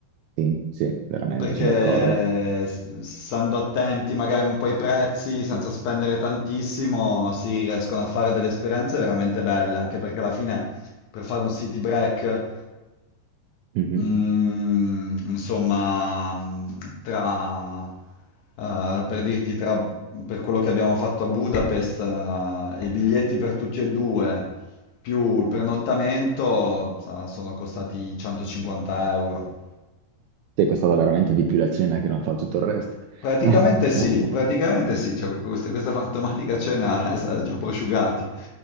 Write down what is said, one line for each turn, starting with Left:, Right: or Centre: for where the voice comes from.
Right: Sì, sì, veramente,
Left: Perché
Right: sono d'accordo.
Left: s- stando attenti magari un po' ai prezzi, senza spendere tantissimo, si riescono a fare delle esperienze veramente belle. Anche perché alla fine, per fare un city break
Right: Mhm.
Left: Mm, insomma, mm, tra, eh, per dirti, tra, per quello che abbiamo fatto a Budapest, eh, i biglietti per tutti e due, più il pernottamento, sa- sono costati 150 euro.
Right: Ti è costata veramente di più la cena che non fa tutto il resto.
Left: Praticamente
Right: <laughs>
Left: sì, praticamente sì, cioè, questa, questa fantomatica cena <laughs> è stata già prosciugati,